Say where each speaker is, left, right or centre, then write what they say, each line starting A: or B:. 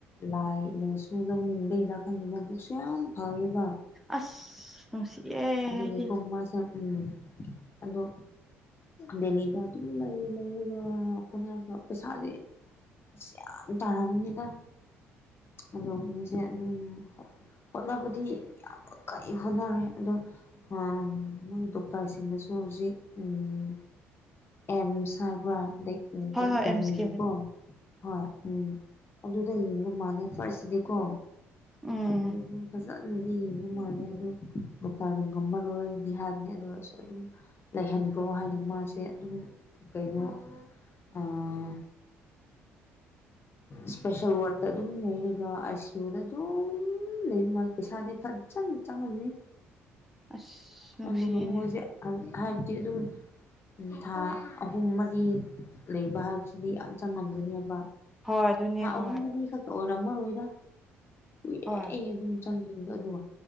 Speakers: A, on the left; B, in the centre.
A: ꯂꯥꯏꯅꯁꯨ ꯂꯧꯅꯤꯡꯕꯩꯔ ꯈꯪꯗꯦ ꯃꯕꯨꯛꯁꯨ ꯌꯥꯝ ꯐꯌꯦꯕ
B: ꯑꯁ ꯅꯨꯡꯁꯤꯌꯦ
A: ꯑꯗꯨꯒꯤ
B: ꯑꯩꯗꯤ
A: ꯀꯣ ꯃꯁꯤ ꯎꯝ ꯑꯗꯣ ꯗꯦꯜꯂꯤꯗ ꯑꯗꯨꯝ ꯂꯩ ꯂꯩꯔꯒ ꯍꯣꯠꯅꯕ ꯄꯩꯁꯥꯗꯤ ꯑꯁ ꯌꯥꯝ ꯇꯥꯔꯝꯅꯤꯗ ꯑꯗꯣ ꯃꯤꯁꯦ ꯑꯗꯨꯝ ꯍꯣꯠ ꯍꯣꯠꯅꯕꯗꯤ ꯌꯥꯝ <unintelligible> ꯍꯣꯠꯅꯔꯦ ꯑꯗꯣ ꯑꯥꯝ ꯃꯣꯏ ꯗꯣꯛꯇꯔꯁꯤꯡꯅꯁꯨ ꯍꯧꯖꯤꯛ ꯎꯝ ꯑꯦꯝꯁ ꯍꯥꯏꯕ꯭ꯔ ꯗꯦꯛ
B: ꯍꯣꯏ
A: ꯗꯦꯛ
B: ꯍꯣꯏ
A: ꯗꯦꯜꯂꯤꯒꯤꯀꯣ
B: ꯑꯦꯝꯁꯀꯤ
A: ꯍꯣꯏ ꯎꯝ ꯑꯗꯨꯗ ꯌꯦꯡꯕ ꯃꯥꯜꯂꯦ ꯐꯥꯔꯁꯁꯤꯗꯤꯀꯣ
B: ꯎꯝ
A: ꯑꯗꯨꯗ ꯑꯗꯨꯝ ꯐꯖꯥ ꯀꯟꯅꯗꯤ ꯌꯦꯡꯕ ꯃꯥꯜꯂꯦ ꯑꯗꯨ ꯗꯣꯛꯇꯔꯅ ꯉꯝꯃꯔꯣꯏꯗꯤ ꯍꯥꯏꯕꯅꯦ ꯑꯗꯨ ꯑꯣꯏꯔꯁꯨ ꯑꯗꯨꯝ ꯂꯩꯍꯟꯒ꯭ꯔꯣ ꯍꯥꯏꯅ ꯃꯥꯁꯦ ꯑꯗꯨꯝ ꯀꯩꯅꯣ ꯑꯥ
B: <inaudible>
A: ꯁ꯭ꯄꯦꯁꯦꯜ ꯋꯥꯔꯗꯠꯇ ꯑꯗꯨꯝ ꯂꯩꯔꯒ ꯑꯥꯏ ꯁꯤ ꯌꯨ ꯗ ꯑꯗꯨꯝ ꯗꯨꯝ ꯂꯩꯕ ꯃꯥꯜꯂꯤ ꯄꯩꯁꯥꯗꯤ ꯐꯖꯅ ꯆꯪꯉꯝꯅꯤ
B: ꯑꯁ ꯅꯨꯡꯁꯤꯌꯦꯅꯦ
A: ꯑꯗꯨꯒ ꯃꯣꯏꯖꯦ ꯑꯝ ꯍꯥꯏꯕꯗꯤ ꯑꯗꯨꯝ ꯊꯥ ꯑꯍꯨꯝ ꯃꯔꯤ ꯂꯩꯕ ꯍꯥꯏꯕꯁꯤꯗꯤ ꯌꯥꯝ ꯆꯪꯉꯝꯒꯅꯦꯕ
B: ꯍꯣꯏ ꯑꯗꯨꯅꯦ
A: ꯊꯥ
B: ꯍꯣꯏ
A: ꯑꯍꯨꯝ ꯃꯔꯤꯈꯛ ꯇ ꯑꯣꯏꯔꯝꯃꯔꯣꯏꯗ ꯀꯨꯏꯔꯦꯌꯦ
B: ꯍꯣꯏ
A: ꯑꯗꯨꯝ ꯆꯪꯒꯤꯕꯒ ꯑꯗꯨꯒ